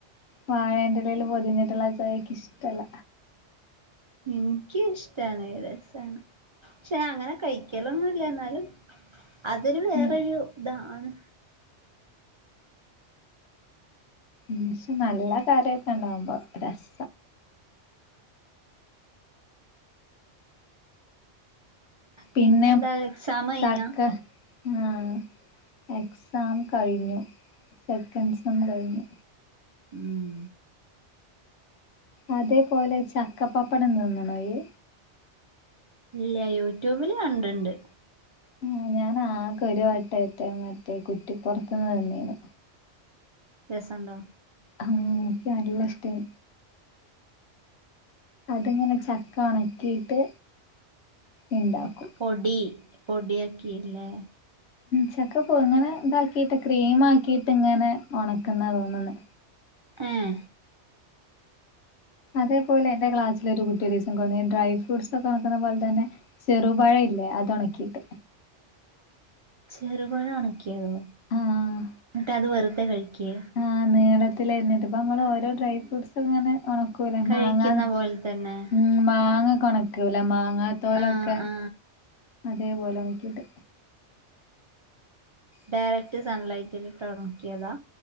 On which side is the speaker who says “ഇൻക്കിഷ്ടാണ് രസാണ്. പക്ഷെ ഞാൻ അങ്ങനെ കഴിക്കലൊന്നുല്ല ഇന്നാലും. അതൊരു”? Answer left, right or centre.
Right